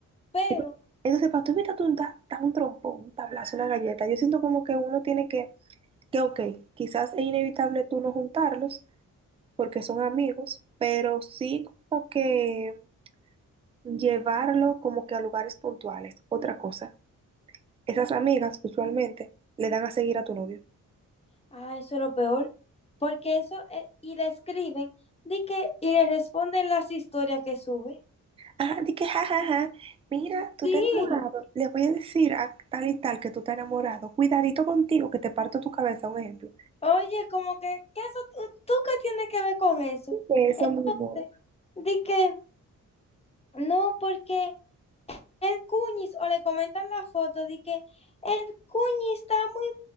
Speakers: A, on the left; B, on the right.
A: Pero,
B: Ento- Entonces, para tú invitarte un, da, da un trompón, un tablazo, una galleta, yo siento como que uno tiene que, que, ok, quizás es inevitable tú no juntarlos porque son amigos, pero sí como que llevarlo como que a lugares puntuales. Otra cosa, esas amigas usualmente le dan a seguir a tu novio.
A: ah, eso es lo peor. Porque eso, eh, y le escriben, di que, y le responden las historias que sube.
B: Ajá, di que jajaja, mira, tú
A: Sí,
B: te has enamorado, le voy a decir a tal y tal que tú te has enamorado, cuidadito contigo que te parto tu cabeza, un ejemplo.
A: oye, como que, ¿qué eso, tú, tú qué tienes que ver con eso?
B: Que eso,
A: Entonces,
B: mi amor,
A: di que, no, porque el cuñis o le comentan la foto de que el cuñis está muy